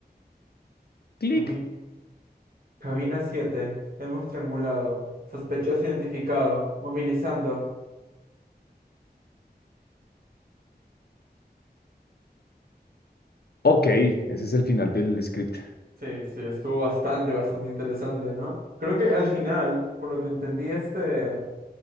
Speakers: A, on the left (about 70°); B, on the right (about 60°).
A: Clic.
B: Cabin- cabina 7. hemos triangulado, sospechoso identificado, movilizando.
A: Ok, ese es el final del script.
B: Sí, sí, estuvo bastante, bastante interesante, ¿no? Creo que al final, por lo que entendí, este...